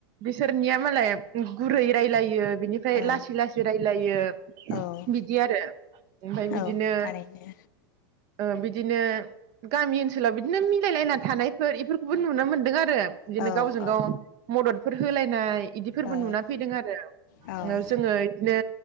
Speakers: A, on the right; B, on the left.
A: सोरनिया मालाय गुरै रायलायो। बिनिफ्राय
B: औ
A: लासै लासै रायलायो
B: औ
A: बिदि आरो ओमफाय बिदिनो
B: औ थारैनो
A: ओ बिदिनो गामि ओनसोलाव बिदिनो मिलायलायना थानायफोर बेफोरखौबो नुनो मोन्दों आरो। बिदिनो
B: औ
A: गावजों
B: औ
A: गाव मदद फोर होलायनाय बिदि फोरबो
B: औ
A: नुना फैदों आरो
B: औ
A: जोङो बिदिनो